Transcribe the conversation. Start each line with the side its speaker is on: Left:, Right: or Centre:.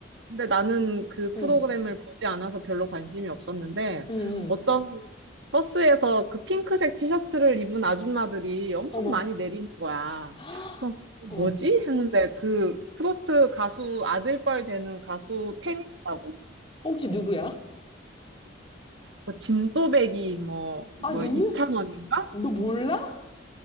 Right: 근데 나는 그
Left: 응.
Right: 프로그램을 보지 않아서 별로 관심이 없었는데
Left: 응. 응.
Right: 어떤 버스에서 그 핑크색 티셔츠를 입은 아줌마들이 엄청
Left: 어머.
Right: 많이 내리는 거야.
Left: <gasps> 헉,
Right: 그래서 뭐지?
Left: 어.
Right: 했는데 그 트로트 가수 아들뻘 되는 가수 팬이더라고.
Left: 혹시 누구야?
Right: 뭐 진또배기 뭐,
Left: 아,
Right: 뭐
Left: 유명?
Right: 이찬원인가?
Left: 너 몰라?